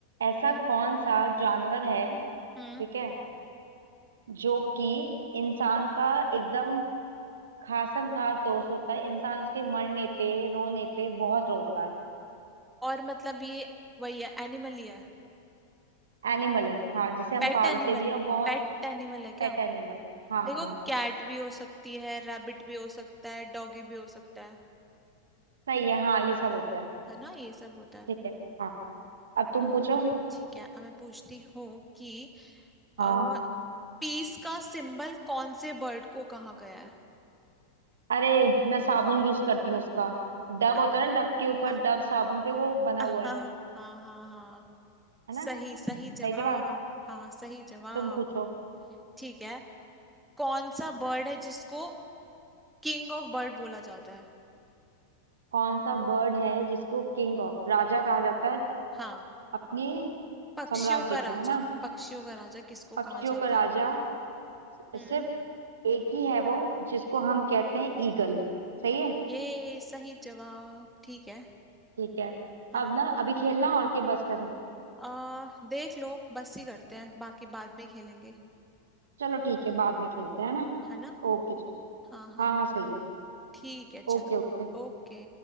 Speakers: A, on the right; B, in the centre.
A: ऐसा
B: हम्म
A: कौन सा जानवर है
B: हम्म
A: ठीक है जो कि इंसान का एकदम खासम खास दोस्त होता है इंसान उसके मरने पे रोने पे बहुत रोता है
B: और मतलब ये वही है एनिमल ही है
A: एनिमल है हाँ जिसे हम
B: पेट
A: पालते
B: एनिमल
A: भी है और बहुत
B: पेट एनिमल है
A: Pet
B: क्या
A: animal हाँ
B: देखो
A: हाँ
B: कैट भी हो सकती है रैबिट भी हो सकता है डॉगी भी हो सकता है
A: सही है हाँ ये सब होता है
B: है ना ये सब होता है
A: ठीक है हाँ अब तुम पूछो
B: ठीक है अब मैं पूछती हूँ कि
A: हाँ
B: आ, पीस का सिंबल कौन से बर्ड को कहा गया है
A: अरे मैं साबुन यूज करती हूँ उसका डव
B: बत-
A: होता है ना डव के ऊपर
B: हाँ
A: डव साबुन पे वो बना
B: हाँ
A: हुआ
B: हाँ
A: है
B: हाँ हाँ हाँ
A: है
B: सही
A: ना
B: सही जवाब
A: सही जवाब
B: हाँ सही जवाब
A: तुम पूछो
B: ठीक है कौन सा बर्ड है जिसको किंग ऑफ बर्ड बोला जाता है
A: कौन सा बर्ड है जिसको किंग ऑफ राजा कहा जाता है
B: हाँ
A: अपने
B: पक्षियों
A: साम्राज्य
B: का
A: का
B: राजा
A: है ना
B: पक्षियों का राजा किसको
A: पक्षियों
B: कहा जाता
A: का राजा
B: है
A: सि-
B: हम्म
A: सिर्फ एक ही है वो जिसको हम कहते हैं ईगल सही है
B: ये सही जवाब ठीक है
A: ठीक है
B: हाँ
A: अब ना अभी खेलना और के बस करें
B: आ, देख लो बस ही करते हैं बाकी बाद में खेलेंगे
A: चलो ठीक है बाद में खेलते हैं है ना
B: है ना
A: ओके चलो
B: हाँ हाँ
A: हाँ हाँ सही है
B: ठीक है चलो
A: Okay okay
B: ओके